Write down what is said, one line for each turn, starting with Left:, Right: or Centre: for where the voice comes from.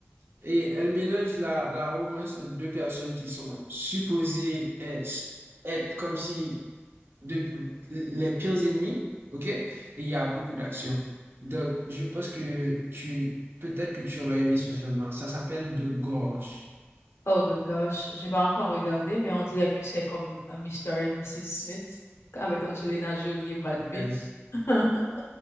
Right: Et elle mélange la, la romance entre deux personnes qui sont supposées être, être comme si de- les pires ennemis, ok? Et il y a beaucoup d'action. Donc, je pense que tu, peut-être que tu aurais aimé ce film-là. Ça s'appelle De Gorge.
Left: Oh the gosh, j'ai pas encore regardé, mais on dirait que c'est comme euh, Mr. et Mrs. Smith avec Angelina Jolie et Brad
Right: Yes.
Left: Pitt. <laughs>